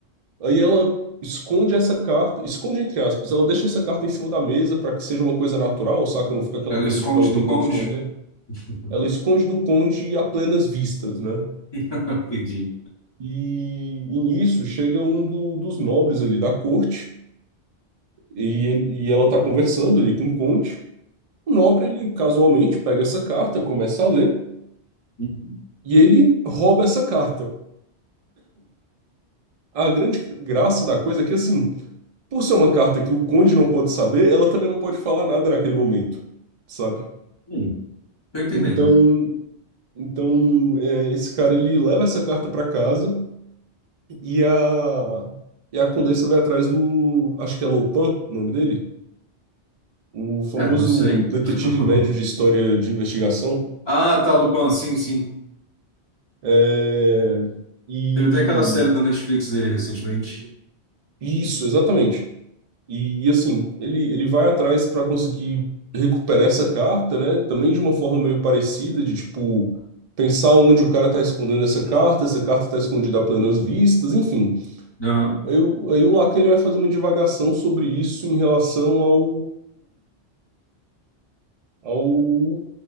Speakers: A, on the right; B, on the left.
A: Aí ela esconde essa carta, esconde entre aspas, ela deixa essa carta em cima da mesa para que seja uma coisa natural, saca? Não fica aquela
B: Ela
A: coisa
B: esconde
A: tipo ela
B: do
A: tentando
B: conde?
A: esconder.
B: <laughs>
A: Ela esconde do conde a plenas vistas, né?
B: Entendi.
A: E, e nisso chega um do- dos nobres ali da corte e, ele- e ela tá conversando ali com o conde. O nobre, ele casualmente pega essa carta, começa a ler
B: Uhum.
A: e ele rouba essa carta. A grande graça da coisa é que assim. Por ser uma carta que o conde não pode saber, ela também não pode falar nada naquele momento, sabe?
B: Hum. Tô entendendo.
A: Então, então é, esse cara ele leva essa carta para casa e a e a condessa vai atrás do, acho que é Lopin, o nome dele, o famoso
B: É, não sei.
A: detetive
B: <laughs>
A: médio de história de investigação.
B: Ah, tá, Lupin, sim, sim.
A: É, e
B: Teve até aquela série da Netflix dele recentemente.
A: isso, exatamente. E, e, assim, ele, ele vai atrás para conseguir recuperar essa carta, né? Também de uma forma meio parecida, de tipo, pensar onde o cara tá escondendo essa carta, essa carta tá escondida a plenas vistas, enfim.
B: Aham.
A: Aí, o- aí o Lacan ele vai fazer uma divagação sobre isso em relação ao, ao,